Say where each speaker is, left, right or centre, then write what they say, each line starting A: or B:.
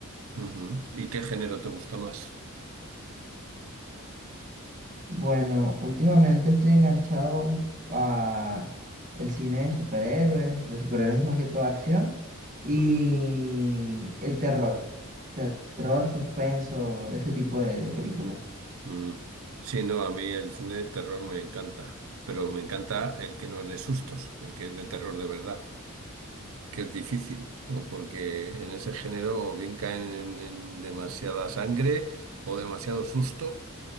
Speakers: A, on the right; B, on the right.
A: Ujú. ¿Y qué género te gusta más?
B: Bueno, últimamente estoy enganchado un- a el cine de superhéroes, de superhéroes más que todo acción, y
A: Ujú.
B: el terror, terror, suspenso, ese tipo de, de películas.
A: Mm. Sí, no, a mí el cine de terror me encanta, pero me encanta el que no es de sustos, el que es de terror de verdad, que es difícil, ¿no? Porque en ese género o bien caen en, en demasiada sangre o demasiado susto